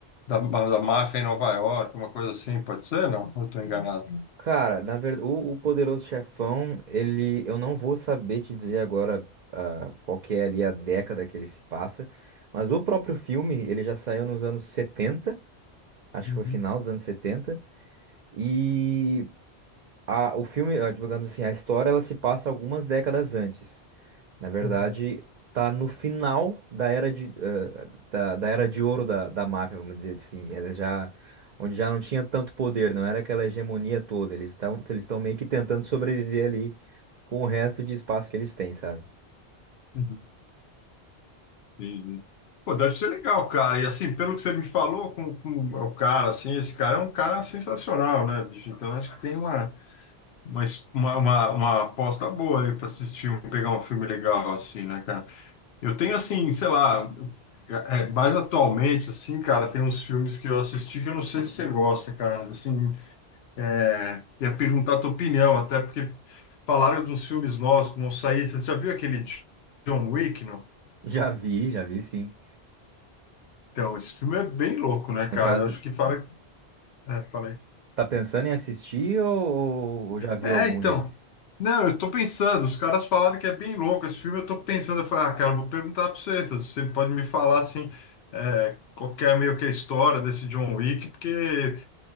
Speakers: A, on the left; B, on the right.
A: da, da máfia em Nova York, uma coisa assim, pode ser? Não? Eu tô enganado.
B: Cara, na verdade, o, o Poderoso Chefão, ele, eu não vou saber te dizer agora ah, qual que é ali a década que ele se passa, mas o próprio filme, ele já saiu nos anos 70, acho
A: Uhum,
B: que foi final dos anos setenta e a, o filme, ah, digamos assim, a história, ela se passa algumas décadas antes. Na verdade,
A: uhum,
B: tá no final da era de, eh, da, da era de ouro da, da máfia, vamos dizer assim. Ela já, onde já não tinha tanto poder, não era aquela hegemonia toda. Eles estão eles estão meio que tentando sobreviver ali com o resto de espaço que eles têm, sabe? <laughs>
A: uhum. Entendi. Pô, deve ser legal, cara. E assim, pelo que você me falou com, com o cara, assim, esse cara é um cara sensacional, né, bicho? Então acho que tem uma, Mas uma, uma, uma aposta boa aí para assistir, um- pegar um filme legal assim, né, cara? Eu tenho assim, sei lá, é, é, mais atualmente, assim, cara, tem uns filmes que eu assisti que eu não sei se você gosta, cara. Assim, é, ia perguntar a tua opinião, até porque falaram dos filmes novos que vão sair. Você já viu aquele John Wick, não?
B: Já vi, já vi sim.
A: Então, esse filme é bem louco, né,
B: No
A: cara?
B: caso,
A: Eu acho que fala. É, falei.
B: tá pensando em assistir ou, ou ou já viu
A: É,
B: algum
A: então.
B: deles?
A: Não, eu tô pensando, os caras falaram que é bem louco esse filme, eu tô pensando, eu falei, ah, cara, vou perguntar pra você, tá? você pode me falar, assim, é, qual que é meio que a história desse John Wick, porque